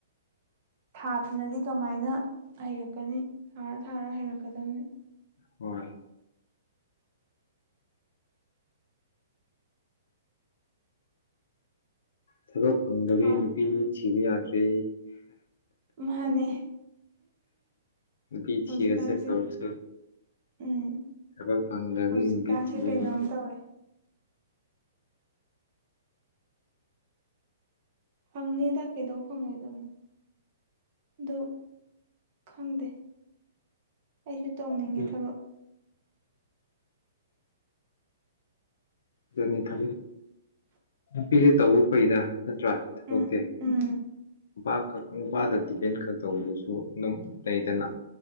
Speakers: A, on the right; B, on the left.
A: ꯊꯥꯗꯨꯅꯗꯤ ꯀꯃꯥꯏꯅ ꯍꯩꯔꯛꯀꯅꯤ ꯊꯥꯔ ꯊꯥꯔ ꯍꯩꯔꯛꯀꯗꯕꯅꯤ
B: ꯍꯣꯏ ꯊꯕꯛ ꯐꯪꯗꯕꯤ
A: ꯍꯥ
B: ꯅꯨꯄꯤꯗꯤ ꯊꯤꯕ ꯌꯥꯗ꯭ꯔꯦ
A: ꯃꯥꯅꯦ
B: ꯅꯨꯄꯤ
A: ꯍꯧꯖꯤꯛꯀꯥꯟꯁꯦ
B: ꯊꯤꯔꯁꯦ ꯇꯧꯔꯁꯨ
A: ꯎꯝ
B: ꯊꯕꯛ ꯐꯪꯗꯕꯤ
A: ꯍꯧꯁꯤꯀꯥꯏꯁꯤꯦ
B: ꯅꯨꯄꯤ ꯊꯤꯕ
A: ꯀꯩꯅꯣꯝ ꯇꯧꯔꯦ <inaudible> ꯐꯪꯅꯤꯗ ꯀꯩꯗꯧ ꯐꯪꯉꯣꯏꯗꯕꯅꯣ ꯗ ꯈꯪꯗꯦ ꯑꯩꯁꯨ ꯇꯧꯅꯤꯡꯉꯦ
B: ꯌꯥꯗ꯭ꯔꯦ
A: ꯊꯕꯛ
B: ꯑꯗꯨꯅꯤ ꯊꯕꯤ ꯅꯨꯄꯤꯁꯦ ꯇꯧꯕ ꯐꯩꯗ ꯅꯠꯇ꯭ꯔꯥ ꯊꯕꯛꯇꯤ
A: ꯎꯝ ꯎꯝ
B: ꯅꯨꯄꯥꯈꯛ ꯅꯨꯄꯥꯗ ꯗꯤꯄꯦꯟ ꯈꯛ ꯇꯧꯕꯗꯨꯁꯨ ꯑꯗꯨꯝ ꯂꯩꯗꯅ